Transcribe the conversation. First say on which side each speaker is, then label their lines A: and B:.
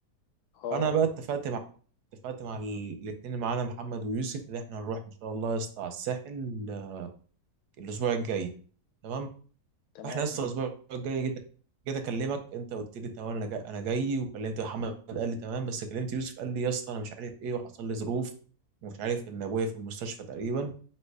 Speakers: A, on the left; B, on the right.
A: اه
B: فأنا بقى اتفقت مع اتفقت مع ال- الاتنين معانا محمد ويوسف إن إحنا نروح إن شاء الله يا اسطى على الساحل آه، الأسبوع الجاي تمام
A: تمام
B: احنا لسه
A: انا
B: الاسبوع الجاي جيت جيت اكلمك انت قلت لي تمام انا جاي انا جاي وكلمت محمد قال لي تمام بس كلمت يوسف قال لي يا اسطى انا مش عارف ايه وحصل لي ظروف ومش عارف ان ابويا في المستشفى تقريبا